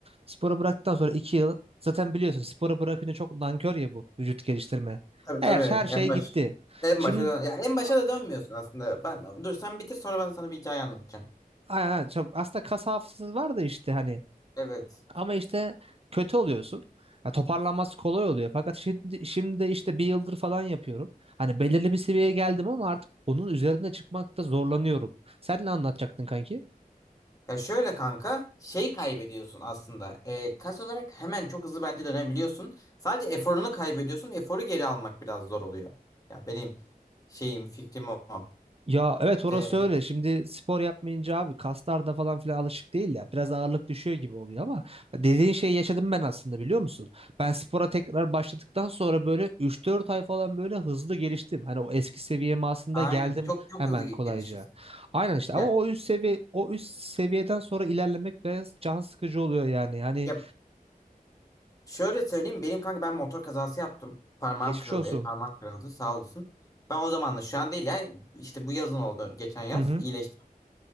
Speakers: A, on the right; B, on the left.
A: Sporu bıraktıktan sonra iki yıl zaten biliyorsun sporu bırakınca çok nankör ya bu vücut geliştirme.
B: Tabii
A: Her
B: tabii
A: her şey
B: en baş
A: gitti.
B: en
A: Şimdi
B: başa dön ya en başa
A: a-
B: da dönmüyorsun aslında. Ben dur sen bitir sonra ben sana bir hikaye anlatacağım.
A: a- çok- aslında kas hafızası var da işte hani
B: Evet.
A: Ama işte kötü oluyorsun. Ya toparlanması kolay oluyor. Fakat şimdi, şimdi işte bir yıldır falan yapıyorum. Hani belirli bir seviyeye geldim ama artık onun üzerine çıkmakta zorlanıyorum. Sen ne anlatacaktın kanki?
B: Ya şöyle kanka şey kaybediyorsun aslında. E, kas olarak hemen çok hızlı bence dönebiliyorsun. Sadece eforunu kaybediyorsun. Eforu geri almak biraz zor oluyor. Ya benim şeyim fikrim o.
A: Ya evet orası
B: E,
A: öyle. Şimdi spor yapmayınca abi kaslar da falan filan alışık değil ya. Biraz ağırlık düşüyor gibi oluyor ama dediğin şeyi yaşadım ben aslında biliyor musun? Ben spora tekrar başladıktan sonra böyle üç dört ay falan böyle hızlı geliştim. Hani o eski seviyeme aslında
B: aynen
A: geldim
B: çok çok
A: hemen
B: hızlı gelişiyorsun.
A: kolayca. Aynen işte
B: Ya,
A: ama o üst seviye o üst seviyeden sonra ilerlemek biraz can sıkıcı oluyor yani. Hani
B: ya Şöyle söyleyeyim benim kanka ben motor kazası yaptım. Parmağım
A: geçmiş
B: kırıldı,
A: olsun.
B: el parmağım kırıldı sağ olsun. Ben o zaman da şu an değil ya işte bu yazın oldu geçen yaz
A: Hı hı.
B: iyileştim.